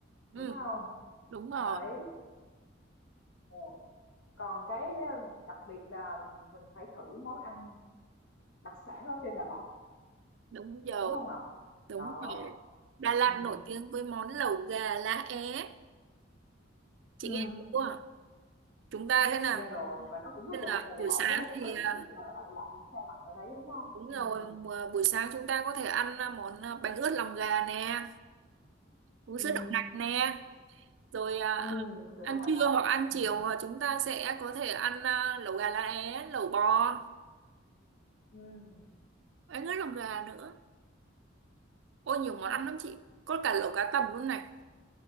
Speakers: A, on the left; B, on the right.
A: đúng
B: ừ
A: không
B: đúng rồi
A: đấy rồi còn cái ờ, đặc biệt là mình phải thử món ăn đặc sản ở trên Đà Lạt
B: đúng rồi
A: đúng không Ngọc
B: đúng
A: đó
B: rồi Đà Lạt
A: ừ.
B: nổi tiếng với món lẩu gà lá é chị
A: Ừ.
B: nghe chưa chúng ta thế nào
A: nghe rồi và nó cũng rất
B: thế
A: là
B: là
A: phù
B: buổi
A: hợp
B: sáng
A: với lại cái
B: thì
A: thời
B: à,
A: tiết là nó lạnh lạnh xe lạnh ở đấy đúng không
B: đúng
A: ừ.
B: rồi mà buổi sáng chúng ta có thể ăn à, món à, bánh ướt lòng gà nè uống
A: Ừ.
B: sữa đậu nành nè rồi à,
A: Ừ. sự
B: ăn
A: đang nằm
B: trưa
A: nóng
B: hoặc ăn
A: ừ.
B: chiều à, chúng ta sẽ có thể ăn à, lẩu gà lá é lẩu bò
A: Ừ.
B: bánh ướt lòng gà nữa ôi nhiều món ăn lắm chị có cả lẩu cá tầm luôn này